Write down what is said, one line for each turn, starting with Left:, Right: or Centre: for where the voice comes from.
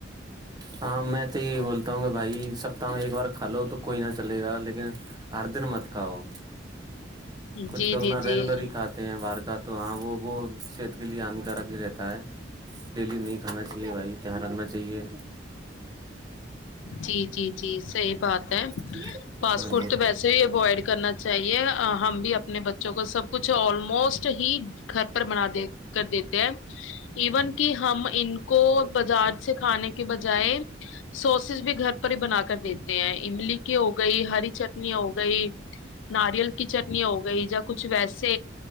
Right: ہاں میں تو یہی بولتا ہوں کہ بھائی سپتاہ میں ایک بار کھا لو تو کوئی نہ چلے گا لیکن ہر دن مت کھاؤ
Left: جی
Right: کچھ لوگ
Left: جی
Right: نا
Left: جی
Right: ریگولر ہی کھاتے ہیں باہر کا تو ہاں وہ وہ صحت کے لیے ہانیکار نہیں رہتا ہے <inaudible> ڈیلی نہیں کھانا چاہیے بھائی دیان رکھنا چاہی
Left: جی جی جی صحیح بات ہے
Right: ہاں
Left: فاسٹ فوڈ تو ویسے ہی اوائڈ کرنا چاہیے ہم بھی اپنے بچوں کو سب کچھ آلموسٹ ہی گھر پر بنا دے کر دیتے ہیں ایون کہ ہم ان کو بازار سے کھانے کے بجائے سوسز بھی گھر ہی بنا کر دیتے ہیں املی کے ا گئی ہری چٹنی ہو گئی ناریل کی چٹنی ہو گئی یا کچھ ویسے